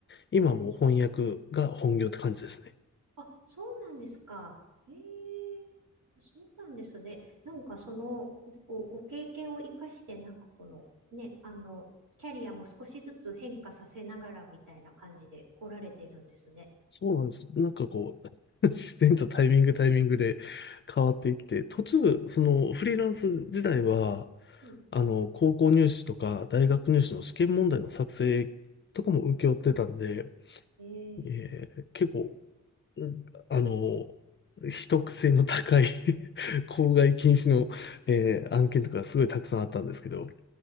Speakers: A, on the left (about 40°); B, on the right (about 85°).
A: 今はもう翻訳が本業って感じですね。
B: うんあ、そうなんですあ、そうなんですか。ええそうなんですね。なんかその、こう、ご経験を生かして、なんかこの、ね、あの、キャリアも少しずつ変化させながらみたいな感じで来られてるんですね。
A: そうなんです。なんかこう、<laughs> 自然とタイミングタイミングで変わっていって、途中、そのフリーランス時代は、
B: うん。
A: あの、高校入試とか大学入試の試験問題の作成とかも請け負ってたんで、
B: ええ
A: ええ結構、うんあの、秘匿性の高い <laughs> 公害禁止の、えー案件とかすごいたくさんあったんですけど、